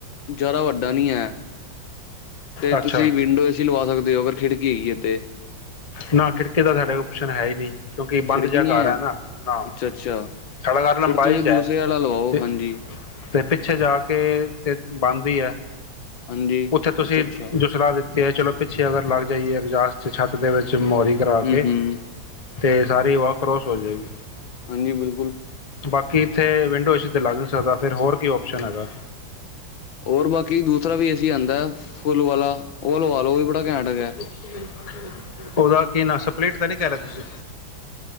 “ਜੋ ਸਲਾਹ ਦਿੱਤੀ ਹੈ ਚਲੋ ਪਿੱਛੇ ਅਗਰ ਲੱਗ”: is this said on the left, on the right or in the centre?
Left